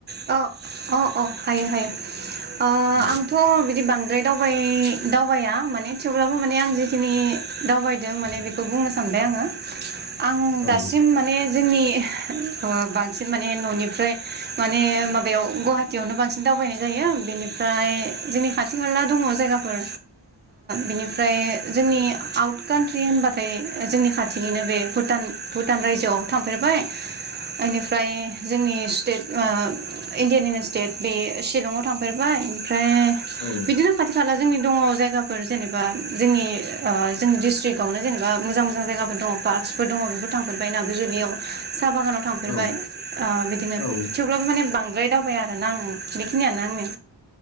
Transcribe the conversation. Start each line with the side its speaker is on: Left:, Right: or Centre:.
Right: अ अ अ हायो हायो अ
Left: दे
Right: आंथ बिदि बांद्राय दावबाय दावबाया माने ने थेवब्लाबो माने आं जिखिनि दावबायदों माने बेखौ बुंनो सानबाय आङो आं
Left: औ
Right: दासिम माने जोंनि ओ बांसिन माने ननिफ्राय माने माबायाव गुवाहाटियावनो बांसिन दावबायनाय जायो बेनिफ्राय जोंनि खाथि खाला दङ जायगाफोर बिनिफ्राय ओ जोंनि आउट कान्ट्रि होनबाथाय जोंनि खाथिनिनो बे भुटान भुटान रायजोआव थांफेरबाय इनिफ्राय जोंनि स्टेट इण्डियानि स्टेट बे शिलंआव थांफेरबाय ओमफ्राय
Left: औ
Right: बिदिनो खाथि खाला जोंनि दङ जायगा फोर जेनेबा जोंनि ओ जोंनि डिस्ट्रिकआवनो जेनेबा मोजां मोजां जायगाफोर दङ पार्कसफोर दङ बेफोर थांफेरबाय नाग्रिजुलियाव साहा बागानाव थांफेरबाय
Left: औ
Right: ओ बिदिनो
Left: औ
Right: थेवब्लाबो माने बांद्राय दावबाय आरो ना आं बेखिनियानो आंनिया